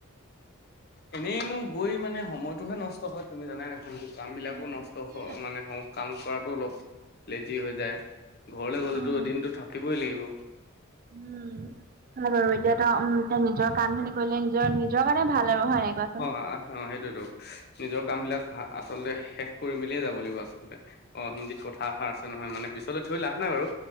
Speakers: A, on the left; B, on the right.
A: এনেইনো গৈ মানে সময়তটোহে নষ্ট হয় তুমি জানাই দেখোন কামবিলাকো
B: উম
A: নষ্ট
B: তাকে
A: হয় মানে হওঁ কাম কৰাটো অলপ লেজি হৈ যায় ঘৰলে গলেতো
B: অ'
A: এদিনতো থাকিবই লাগিব
B: উম হয় বাৰু এতিয়া তো উম নিজৰ কাম খিনি কৰিলে নিজৰ নিজৰ কাৰণে ভাল আৰু হয় নাই কোৱা
A: অ অ সেইটোতো নিজৰ কাম বিলাক আচলতে শেষ কৰি মেলিয়ে যাব লাগিব আচলতে অ হিন্দীত কথা এষাৰ আছে নহয় মানে পিছলৈ থৈ লাভ নাই বাৰু